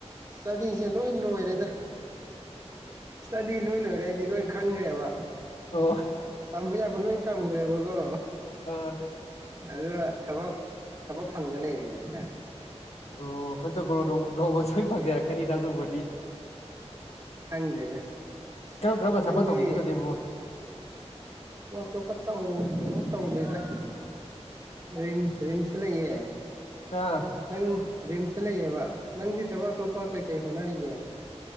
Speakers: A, on the right; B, on the left.
A: ꯆꯖꯤꯁꯦ ꯂꯣꯏ ꯂꯣꯏꯔꯦꯗ ꯁꯇꯗꯤ ꯂꯣꯏ ꯂꯣꯏꯔꯦ ꯑꯩꯗꯤ ꯂꯣꯏ ꯈꯪꯈ꯭ꯔꯦꯕ
B: ꯑꯣ
A: ꯇꯝꯕ ꯌꯥꯕ ꯂꯣꯏ ꯇꯝꯈ꯭ꯔꯦꯕꯀꯣ
B: ꯑꯥ
A: ꯑꯗꯨ ꯊꯕꯛ ꯊꯕꯛ ꯐꯪꯗꯅ ꯂꯩꯔꯤꯅꯦ ꯁꯤꯗ
B: ꯑꯣ ꯍꯣꯏꯗꯁꯨꯣꯏ ꯐꯖꯔꯛ ꯀꯔꯤ ꯊꯥ ꯑꯗꯨꯕ
A: ꯈꯪꯗꯦꯗ
B: ꯀꯔꯝ ꯀꯔꯝꯕ
A: ꯅꯪꯗꯤ
B: ꯊꯕꯛ ꯇꯧꯅꯤꯡꯉꯤꯅꯣꯅꯦ ꯕ꯭ꯔꯣ
A: ꯆꯣ ꯄꯠꯇ ꯀꯩꯅꯣꯝ ꯇꯧꯗꯦꯗ ꯔꯤꯝꯁ ꯔꯤꯝꯁ ꯂꯩꯌꯦ
B: ꯑꯥ
A: ꯅꯪ ꯝ ꯆꯠꯂꯩꯌꯦꯕ ꯅꯪꯗꯤ ꯊꯕꯛ ꯑꯇꯣꯞ ꯄꯥ ꯀꯩ ꯀꯩ ꯍꯣꯅꯔꯤ ꯌꯦꯡ